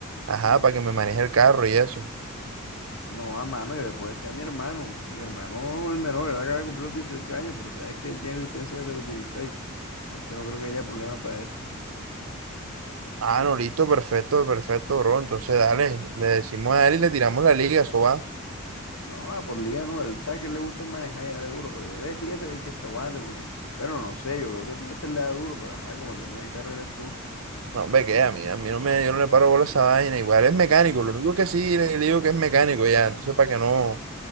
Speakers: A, on the right (about 65°); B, on the left (about 70°).
A: ajá, para que me maneje el carro y eso.
B: No, a mano, y después sea mi hermano. Mi hermano, el menor, él acaba de cumplir los 18 años, pero sabes que él tiene licencia desde los 16, entonces no creo que haya problema para eso.
A: Ah, no, listo, perfecto, perfecto, bro. Entonces, dale, le decimos a él y le tiramos la liga, eso va.
B: No, ah, por liga no, él sabe que le gusta es manejar y darle duro, pero yo le voy a decir que se, que se aguante porque, bueno, no sé, yo veo que tú este le da duro, pero ajá, como el dueño del carro eres tú.
A: No, hombre, que a mí, a mí no me, yo no le paro bola a esa vaina. Igual es mecánico, lo único que sí le, le digo que es mecánico ya. Entonces, para que no,